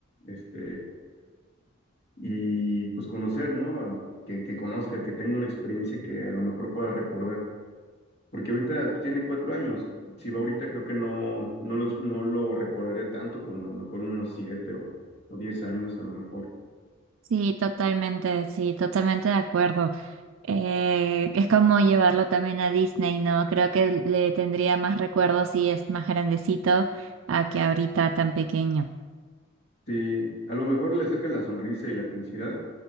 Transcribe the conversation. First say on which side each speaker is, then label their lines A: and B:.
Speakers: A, on the left (about 50°); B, on the right (about 65°).
A: este, y pues conocer, ¿no? Que, que conozca, que tenga una experiencia que a lo mejor pueda recordar. Porque ahorita pues, tiene cuatro años. Si va ahorita, creo que no, no lo, no lo recordaré tanto como a lo mejor unos siete o, o diez años, a lo mejor.
B: Sí, totalmente, sí, totalmente de acuerdo. Eh, es como llevarlo también a Disney, ¿no? Creo que le tendría más recuerdos si es más grandecito a que ahorita tan pequeño.
A: Sí, a lo mejor le saca la sonrisa y la felicidad,